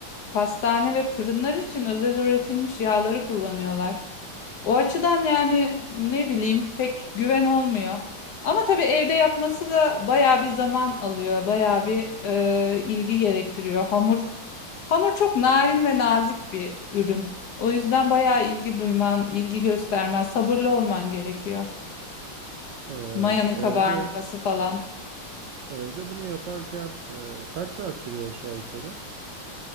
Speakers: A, on the left; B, on the right.
A: pastane ve fırınlar için özel üretilmiş yağları kullanıyorlar. O açıdan yani ne bileyim pek güven olmuyor. Ama tabii evde yapması da bayağı bir zaman alıyor, bayağı bir e, ilgi gerektiriyor. Hamur hamur çok narin ve nazik bir ürün. O yüzden bayağı ilgi duyman, ilgi göstermen, sabırlı olman gerekiyor.
B: Ee,
A: Mayanın
B: evde
A: kabarması falan.
B: evde bunu yaparken e, kaç saat sürüyor aşağı yukarı?